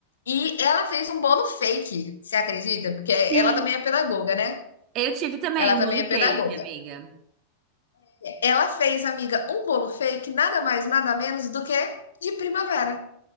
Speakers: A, on the left; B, on the right.
A: E ela fez um bolo fake, você acredita? Porque ela
B: Sim.
A: também é pedagoga, né?
B: Eu tive também
A: Ela
B: um
A: também
B: bolo
A: é pedagoga.
B: fake, amiga.
A: Ela fez, amiga, um bolo fake, nada mais, nada menos do que de primavera.